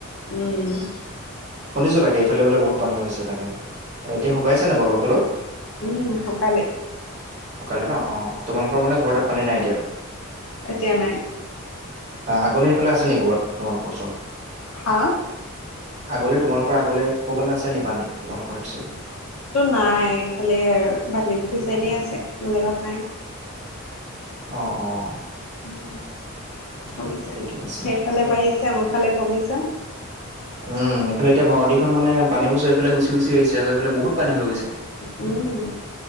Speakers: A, on the left (about 80°); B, on the right (about 30°).
A: উম্
B: শুনিছোঁ তাকে এফালে বোলে বহুত পানী হৈছে তাকে, এতিয়া শুকাইছে নাই বাও অলপ-চলপ?
A: উম্ শুকালে।
B: শুকালে ন? অঁ', তোমালোকৰ মানে ঘৰতে পানী নাই এতিয়া আৰু?
A: এতিয়া নাই
B: আ-আগলে সেইফালে আছে নি? তোমালোকৰ ওচৰত।
A: হা
B: আগলে তোমালোকৰ আগলে ক'বালৈ আছে নি পানী, তোমালোকৰ সেইটো চাইডে?
A: তো নাই এইফালে আৰু বালিখুৱা চাইদে আছে বেলেগত নাই।
B: অঁ অঁ।
A: উম, কমিছে,
B: ঠিকে আছে
A: সেইফালে বাঢ়িছে আমাৰ ফালে কমিছে। বাছ
B: উম এইফালে এতিয়া নদীখন মানে পানীবোৰ চব এইফালে গুচি গুচি আহিছে এইফালে বহুত পানী হৈ গৈছে।
A: উম উম্।